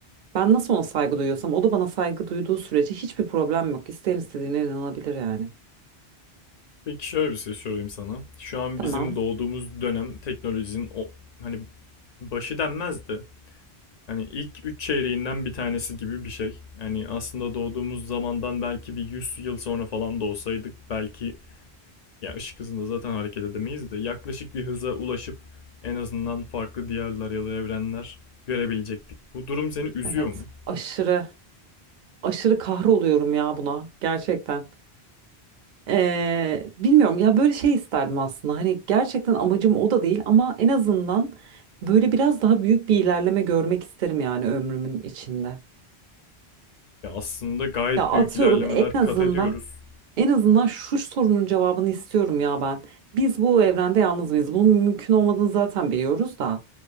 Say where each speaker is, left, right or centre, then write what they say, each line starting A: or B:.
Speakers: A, on the right; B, on the left.
A: ben nasıl ona saygı duyuyorsam o da bana saygı duyduğu sürece hiçbir problem yok. İsteyen istediğine inanabilir yani.
B: Peki şöyle bir şey sorayım sana. Şu an
A: Tamam
B: bizim doğduğumuz dönem teknolojinin o hani başı denmez de yani ilk üç çeyreğinden bir tanesi gibi bir şey. Yani aslında doğduğumuz zamandan belki bir 100 yıl sonra falan da olsaydık belki ya ışık hızında zaten hareket edemeyiz de yaklaşık bir hıza ulaşıp en azından farklı diyarlar ya da evrenler görebilecektik. Bu durum seni üzüyor
A: evet
B: mu?
A: aşırı aşırı kahroluyorum ya buna gerçekten. Eee, bilmiyorum ya böyle şey isterdim aslında hani gerçekten amacım o da değil ama en azından böyle biraz daha büyük bir ilerleme görmek isterim yani ömrümün içinde.
B: Ya aslında gayet
A: Ya atıyorum
B: büyük ilerlemeler
A: en azından
B: kat ediyoruz.
A: en azından şu sorunun cevabını istiyorum ya ben. Biz bu evrende yalnız mıyız? Bunun mümkün olmadığını zaten biliyoruz da